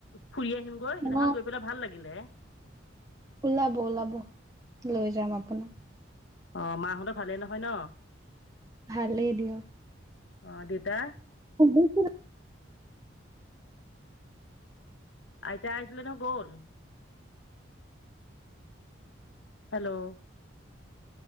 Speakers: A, on the left; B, on the right.
A: ফুৰি আহিমগৈ সেইদিনাখন
B: অ
A: গৈ পেলাই ভাল লাগিলে।
B: ওলাব ওলাব লৈ যাম আপোনাক।
A: অ', মাহঁতে ভালেই নহয় ন?
B: ভালেই দিয়ক।
A: অ', দেউতা?
B: <unintelligible>
A: আইতা আছিলে নে গ'ল? হেল্ল'